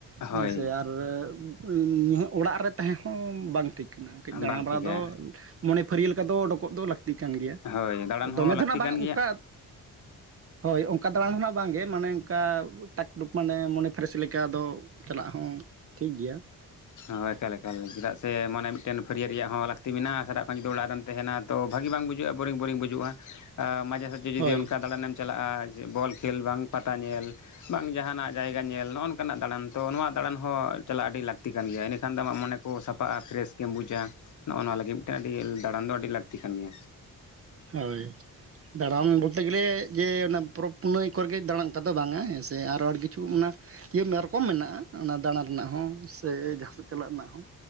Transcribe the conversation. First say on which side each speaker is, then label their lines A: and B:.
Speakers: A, on the left (about 55°); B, on the right (about 40°).
A: ᱦᱳᱭ
B: ᱦᱮᱸ ᱥᱮ ᱟᱨ ᱟᱹ <unintelligible> ᱚᱲᱟᱜ ᱨᱮ ᱛᱟᱦᱮᱸ ᱦᱚᱸ ᱵᱟᱝ ᱴᱷᱤᱠ ᱠᱟᱱᱟ ᱠᱟᱹᱡ ᱫᱟᱬᱟᱵᱟᱲᱟ
A: ᱵᱟᱝ ᱴᱷᱤᱠᱟ
B: ᱫᱚ ᱢᱚᱱᱮ ᱯᱷᱟᱹᱨᱭᱟᱹ ᱞᱮᱠᱟ ᱫᱚ ᱚᱰᱚᱠᱚᱜ ᱫᱚ ᱞᱟᱹᱠᱛᱤ ᱠᱟᱱ ᱜᱮᱭᱟ,
A: ᱦᱳᱭ ᱫᱟᱬᱟᱱ
B: ᱫᱚᱢᱮ
A: ᱦᱚᱸ ᱞᱟᱹᱠᱛᱤ
B: ᱫᱚ ᱱᱷᱟᱜ ᱵᱟᱝ
A: ᱠᱟᱱ ᱜᱮᱭᱟ
B: ᱚᱱᱠᱟ ᱦᱳᱭ ᱚᱱᱠᱟ ᱫᱟᱬᱟᱱ ᱫᱚ ᱱᱟᱜ ᱵᱟᱝᱜᱮ ᱢᱟᱱᱮ ᱚᱱᱠᱟ ᱳᱭ ᱴᱟᱠᱴᱩᱠ ᱢᱟᱱᱮ ᱢᱚᱱᱮ ᱯᱷᱨᱮᱥ ᱞᱮᱠᱟ ᱫᱚ ᱪᱟᱞᱟᱜ ᱦᱚᱸ ᱴᱷᱤᱠ ᱜᱮᱭᱟ᱾
A: ᱦᱳᱭ ᱮᱠᱟᱞ ᱮᱠᱟᱞ ᱪᱮᱫᱟᱜ ᱥᱮ ᱥᱮ ᱢᱚᱱᱮ ᱢᱤᱫᱴᱮᱱ ᱯᱷᱟᱹᱨᱭᱟᱹ ᱨᱮᱭᱟᱜ ᱦᱚᱸ ᱞᱟᱹᱠᱛᱤ ᱢᱮᱱᱟᱜᱼᱟ ᱥᱮ ᱥᱟᱨᱟᱜ ᱠᱷᱚᱱ ᱡᱩᱫᱤ ᱚᱲᱟᱜ ᱨᱮᱢ ᱛᱟᱦᱮᱱᱟ ᱛᱚ ᱵᱷᱟᱹᱜᱤ ᱵᱟᱝ ᱵᱩᱡᱩᱜᱼᱟ ᱵᱳᱨᱤᱝ ᱵᱳᱨᱤᱝ ᱵᱩᱡᱩᱜᱼᱟ ᱟ ᱢᱟᱡᱷᱮ ᱥᱟᱡᱷᱮ ᱡᱩᱫᱤ
B: ᱦᱳᱭ
A: ᱚᱱᱠᱟ ᱫᱟᱬᱟᱱᱮᱢ ᱪᱟᱞᱟᱜᱼᱟ, ᱡᱮ ᱵᱚᱞ ᱠᱷᱮᱞ ᱵᱟᱝ ᱯᱟᱛᱟ ᱧᱮᱞ ᱵᱟᱝ ᱡᱟᱦᱟᱱᱟᱜ ᱡᱟᱭᱜᱟ ᱧᱮᱞ ᱱᱚᱜᱼᱚᱱᱠᱟᱱᱟᱜ ᱫᱟᱬᱟᱱ ᱛᱚ, ᱱᱚᱣᱟ ᱫᱟᱬᱟᱱ ᱦᱚᱸ ᱪᱟᱞᱟᱜ ᱟᱹᱰᱤ ᱞᱟᱠᱛᱤ ᱠᱟᱱ ᱜᱮᱭᱟ ᱤᱱᱟᱹᱠᱷᱟᱱ ᱫᱚ ᱟᱢᱟᱜ ᱢᱚᱱᱮ ᱠᱚ ᱥᱟᱯᱷᱟᱜᱼᱟ ᱯᱷᱨᱮᱥ ᱜᱮᱢ ᱵᱩᱡᱟ᱾ ᱱᱚᱜᱼᱚ ᱱᱚᱣᱟ ᱞᱟᱹᱜᱤᱫ ᱢᱤᱫᱴᱮᱱ ᱟᱹᱰᱤ ᱫᱟᱬᱟᱱ ᱫᱚ ᱟᱹᱰᱤ ᱞᱟᱹᱠᱛᱤ ᱠᱟᱱ ᱜᱮᱭᱟ᱾
B: ᱦᱳᱭ ᱫᱟᱬᱟᱱ ᱵᱚᱞᱛᱮ ᱜᱮᱞᱮ ᱡᱮ ᱚᱱᱟ ᱯᱚᱨᱚᱵᱽ ᱯᱩᱱᱟᱹᱭ ᱠᱚᱨᱮᱜᱮ ᱫᱟᱬᱟᱱ ᱚᱱᱠᱟ ᱫᱚ ᱵᱟᱝᱟ ᱦᱮᱸ ᱥᱮ ᱟᱨᱚ ᱟᱹᱰᱤ ᱠᱤᱪᱷᱩ ᱚᱱᱟ ᱤᱭᱟᱹ ᱢᱮ ᱨᱮᱠᱚᱢ ᱢᱮᱱᱟᱜᱼᱟ ᱚᱱᱟ ᱫᱟᱬᱟ ᱨᱮᱱᱟᱜ ᱦᱚᱸ ᱥᱮ ᱡᱟᱦᱟᱸ ᱥᱮᱫ ᱪᱟᱞᱟᱜ ᱨᱮᱱᱟᱜ ᱦᱚᱸ᱾